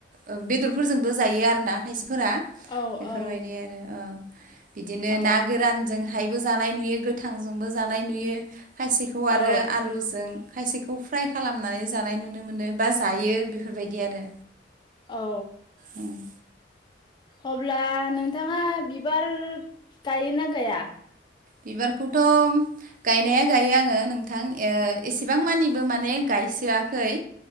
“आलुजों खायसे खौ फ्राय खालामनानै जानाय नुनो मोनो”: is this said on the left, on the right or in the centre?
Right